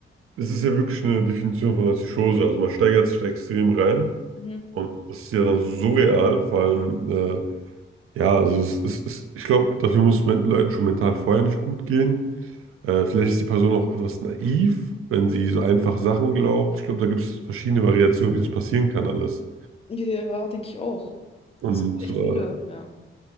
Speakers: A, on the right; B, on the left.
A: es ist ja wirklich eine Definition von Artischose. Also man steigert sich da extrem rein
B: Mhm.
A: und das ist ja dann so surreal, vor allem, äh, ja, also es ist, ist, ich glaube, dafür muss es men- Leuten schon mental vorher nicht gut gehen. Äh, vielleicht ist die Person auch etwas naiv, wenn sie so einfach Sachen glaubt. Ich glaube, da gibt es verschiedene Variationen, wie das passieren kann alles.
B: Ja, denke ich auch.
A: Und
B: Es gibt echt
A: äh,
B: viele, ja.